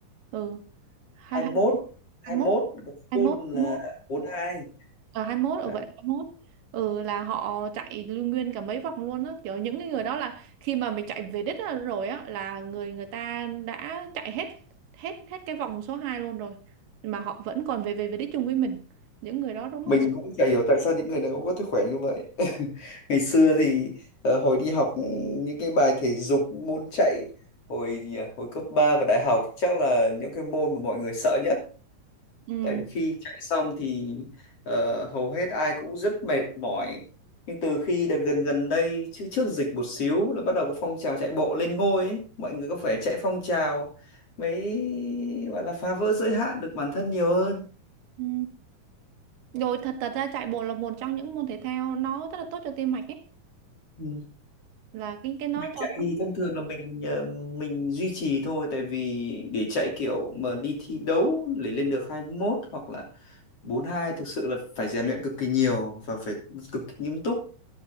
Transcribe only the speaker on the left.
hai
mốt hai
mốt
còn
full
là
bốn hai
Đấy.
Mình
cũng chả hiểu tại sao những người này cũng có thể khỏe như vậy <laughs> ngày xưa thì ờ, hồi đi học những cái bài thể dục môn chạy hồi gì à? hồi cấp 3 và đại học chắc là những cái môn mà mọi người sợ
tại vì khi chạy xong thì ờ, hầu hết ai cũng rất mệt mỏi nhưng từ khi đợt gần gần đây chứ trước dịch một xíu là bắt đầu có phong trào chạy bộ lên ngôi ấy. mọi người có phải chạy phong trào mới gọi là phá vỡ giới hạn được bản thân nhiều hơn
Ừ.
mình
chạy thì thông thường là mình ờ, mình duy trì thôi tại vì để chạy kiểu mà đi thi đấu để lên được 21 hoặc là 42 thực sự là phải rèn luyện cực kỳ nhiều và phải cực kỳ nghiêm túc